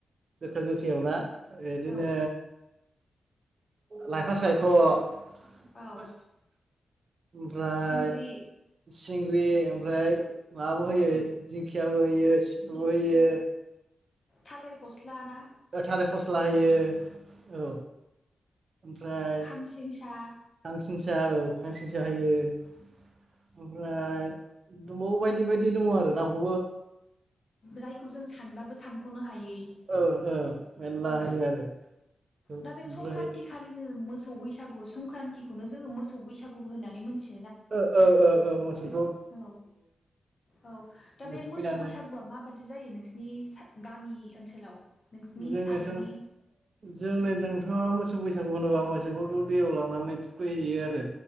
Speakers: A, on the right; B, on the left.
A: गोखा गोखैयाव ना ओदिनो
B: औ
A: लाफा सायख' ओमफ्राय
B: औ सिंग्रि
A: सिंग्रि ओमफ्राय माबाबो होयो दिंखियाबो होयो सिब्रुबो
B: दिंखिया
A: होयो।
B: थालिर फस्ला ना
A: थालेर फस्ला होयो औ ओमफ्राय
B: खांसिंसा
A: खांसिनस औ खांसिनसा होयो। ओमफ्राय दंबावो बायदि बायदि दङ' आरोना <unintelligible>
B: जायखौ जों सानबाबो सानख'नो हायै
A: औ औ मेरला
B: औ
A: होयो आरो ओमफ्राय
B: दा बे संक्रान्ति खालिनो मोसौ बैसागु संक्रान्तिखौनो जोङो मोसौ बैसागुबो होननानै मोनथि
A: ओ ओ ओ ओ मोसौथ'
B: औ औ दा बे
A: थुखैनानै
B: मोसौ बैसागुआ माबादि दि जायो नोंसिनि गामि ओनसोलाव नोंसिनि
A: जोंनिथिं
B: साइडनि
A: जोंनिथिंथ' मोसौ बैसागु होनोबा मोसौफोरखौ दैयाव लांनानै थुखैहैयो आरो